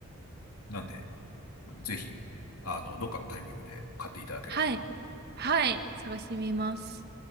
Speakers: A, on the left; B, on the right.
A: なんで、ぜひ、あの、どっかのタイミングで買っていただければな。
B: はい。はい。探してみます。